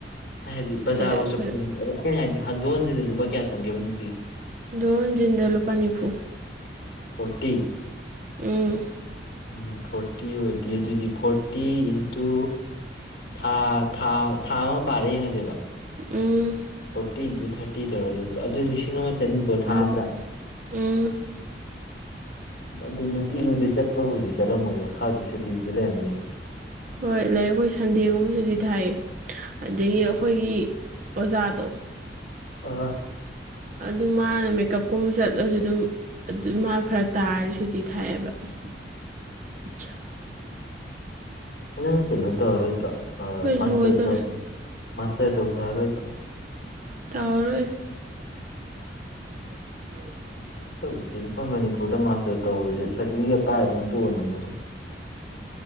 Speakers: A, on the left; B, on the right.
A: ꯍꯥꯏꯗꯤ ꯕꯖꯥꯔꯐꯥꯎ
B: ꯑꯗꯨꯗ ꯑꯩꯈꯣꯏ
A: ꯆꯠꯩꯅ ꯍꯥꯏꯗꯤ ꯍꯟꯗꯣꯛ ꯍꯟꯖꯤꯅ ꯂꯨꯄꯥ ꯀꯌꯥ ꯆꯪꯒꯦꯕ ꯅꯨꯡꯇꯤꯒꯤ
B: ꯗꯣꯟꯟꯖꯤꯟꯗ ꯂꯨꯄꯥ ꯅꯤꯐꯨ
A: ꯍꯣꯇꯤ
B: ꯎꯝ
A: ꯎꯝ ꯐꯣꯔꯇꯤ ꯑꯣꯏꯗꯦ ꯑꯗꯨꯑꯣꯏꯗꯤ ꯐꯣꯔꯇꯤ ꯏꯟꯇꯨ ꯊꯥꯔꯠ ꯊꯥ ꯊꯥ ꯑꯃ ꯄꯥꯔꯦ ꯌꯦꯡꯉꯁꯦꯕ
B: ꯎꯝ
A: ꯐꯣꯔꯇꯤ ꯏꯟ ꯇꯨ ꯊꯥꯔꯇꯤ ꯑꯗꯨꯏ ꯂꯤꯁꯤꯡ ꯑꯃ ꯆꯅꯤꯀꯣ ꯊꯥ
B: ꯑꯃꯨꯛ
A: ꯑꯝꯗ
B: ꯎꯝ
A: ꯑꯗꯨ ꯅꯨꯡꯇꯤꯒꯤꯨꯗꯤ ꯆꯠꯄꯕꯨꯥꯎꯗꯤ ꯆꯠꯂꯝꯃꯣꯏꯗ ꯈꯔꯗꯤ ꯁꯨꯇꯤꯨꯗꯤ ꯂꯩꯔꯝꯃꯅꯤꯀꯣ
B: ꯍꯣꯏ ꯂꯩ ꯑꯩꯈꯣꯏ ꯁꯟꯗꯦꯒꯨꯝꯕꯁꯨꯗꯤ ꯊꯥꯏ ꯑꯗꯒꯤ ꯑꯩꯈꯣꯏꯒꯤ ꯑꯣꯖꯥꯗꯣ
A: ꯑ
B: ꯑꯗꯨ ꯃꯥꯅ ꯃꯦꯀꯞꯀꯨꯝꯕ ꯆꯠꯂꯁꯨ ꯑꯗꯨꯝ ꯑꯗꯨ ꯃꯥꯅ ꯐꯔꯛ ꯇꯥꯔꯁꯨꯗꯤꯤ ꯊꯥꯏꯑꯦꯕ
A: <inaudible>
B: <inaudible>
A: ꯅꯪ ꯀꯩꯅꯣ ꯇꯧꯔꯔꯣꯏꯗ꯭ꯔꯣ
B: ꯑꯩꯈꯣꯏ
A: ꯃꯥꯁꯇꯔꯗ
B: ꯂꯣꯏꯗꯣꯔꯦ
A: ꯃꯥꯁꯇꯔ ꯇꯧꯊꯥꯔꯔꯣꯏꯗ꯭ꯔꯣ
B: ꯇꯔ ꯎ ꯎ
A: ꯑꯗꯨꯕꯨꯗꯤ ꯃꯈꯣꯏ ꯃꯅꯤꯄꯨꯔꯗ ꯃꯥꯁꯇꯔ ꯇꯧꯕꯁꯦ ꯁꯥꯔꯇꯤꯐꯤꯀꯦꯠ ꯄꯥꯏꯔꯗꯪ ꯇꯣꯛꯑꯅꯤꯅꯦ ꯑꯗꯨꯝ